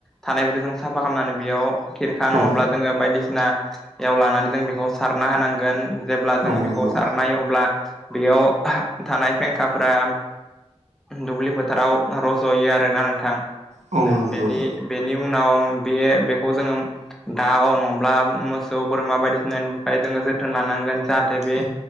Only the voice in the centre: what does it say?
थानायफोर जों साफा खालामनानै बेयाव खिरखा नङाब्ला
जोङो बायदिसिनायाव लानानै जों बेखौ सारना होनांगोन। जेब्ला जोङो
बेखौ
सारनाय अब्ला बेयाव थानाय फेंखाफोरा। दुब्लि फोथाराव रज'यो आरोना नोंथां
बेनि बेनि उनाव बे बेखौ जोङो। दाव नङाब्ला मोसौ बोरमा बायदिसिनानिफ्राय जोङो जोथोन लानांगोन। जाहाथे बे